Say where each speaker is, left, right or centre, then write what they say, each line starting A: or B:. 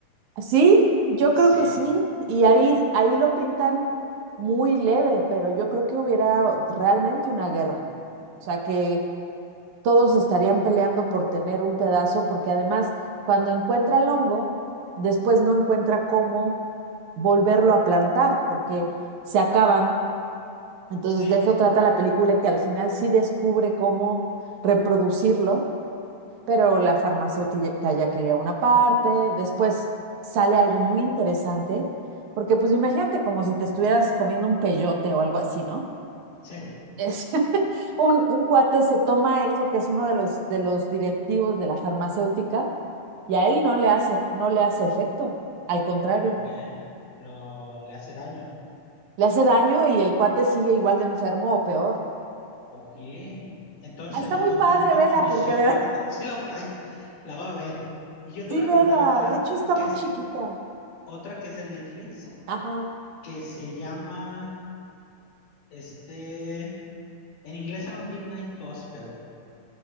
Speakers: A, on the right (about 75°); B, on the left (about 80°).
A: Sí, yo creo
B: Sí,
A: que sí, y ahí, ahí lo pintan muy leve, pero yo creo que hubiera realmente una guerra. O sea, que todos estarían peleando por tener un pedazo, porque además, cuando encuentra el hongo, después no encuentra cómo volverlo a plantar, porque se acaban. Entonces,
B: sí.
A: de eso trata la película, que al final sí descubre cómo reproducirlo, pero la farmacéutica ya quería una parte, después sale
B: Ok,
A: algo muy interesante, porque pues imagínate como si te estuvieras comiendo un peyote o algo así, ¿no?
B: sí,
A: Es, <laughs> un, un cuate se toma eso, que es uno de los, de los directivos de la farmacéutica, y a él no le hace, no le hace efecto, al contrario,
B: ok. Lo, le hace daño.
A: le hace daño y el cuate sigue igual de enfermo o peor.
B: Ok. Entonces
A: Ah, está
B: el hongo
A: muy padre,
B: tiene una
A: Vela,
B: condición
A: porque de verdad.
B: para... tra-
A: <laughs>
B: Sí, la, voy ay, la va a ver. Y yo te
A: Sí,
B: voy
A: Vela,
B: a recomendar otra,
A: de hecho está
B: que
A: muy
B: es
A: chiquita.
B: otra que es de Netflix,
A: Ajá,
B: que se llama, este, en inglés se llama Midnight Gospel.